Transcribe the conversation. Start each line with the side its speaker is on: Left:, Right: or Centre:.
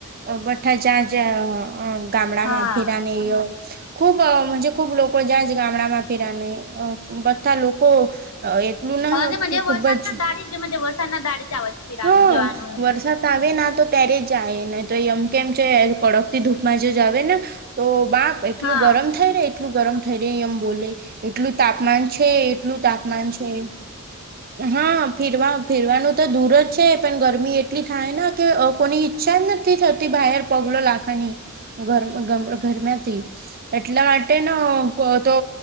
Right: અ બઠા જાંજ ગામડામાં
Left: હા
Right: ફેરાનેયો ખૂબ જ, ખુબ લોકો જાય જ ગામડામાં ફિરાને, બધા લોકો. એટલું ના
Left: અને વરસાદ
Right: કે ખૂબ જ
Left: ના દાઢી વરસાદ ના દાઢી જ આવે છે. ફિરાનું
Right: હા,
Left: જવાનું
Right: વરસાદ. આવે ને, તો ત્યારે જાય ને. તો એમ કેમ છે, કડક થી ધૂપમાં જો જાવ ને તો બાપ, એટલું
Left: હા
Right: ગરમ થઈ રે, એટલું ગરમ થઈ રે, આમ બોલે. એટલું તાપમાન છે, એટલું તાપમાન છે. હા, ફરવા-ફીરવાનું તો દૂર જ છે, પણ ગરમી એટલી થાય. કે, કોની ઈચ્છા નથી થતી બહાર પગલો લાખવાની. ગરમ ગમ ગરમ્યાથી. એટલા માટે તો,